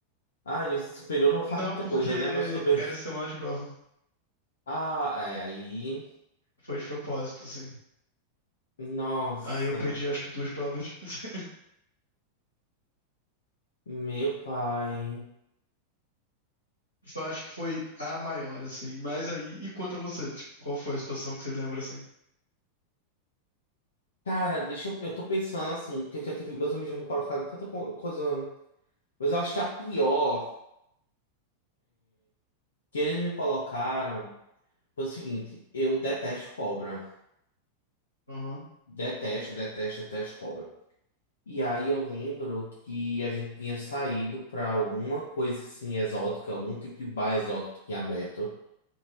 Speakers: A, on the left; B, on the left.
A: Ah, no ensino superior não faz
B: Não,
A: muita
B: porque
A: coisa, né? Mas tudo bem.
B: era semana de prova.
A: Ah, ai, aí.
B: Foi de propósito, assim.
A: Nossa.
B: Aí eu perdi, acho que duas provas. <laughs>
A: Meu pai.
B: Acho que foi a maior, assim. Mas aí, e quanto a você? Tipo, qual foi a situação que você lembra, assim?
A: Cara, deixa eu. Eu tô pensando assim, porque eu já tive. Meus amigos já me colocaram em tanta co- coisa. Mas eu acho que a pior que eles me colocaram foi o seguinte: eu detesto cobra.
B: Aham.
A: Detesto, detesto, detesto cobra. E aí eu lembro que a gente tinha saído pra alguma coisa assim exótica, algum tipo de bar exótico que tinha aberto.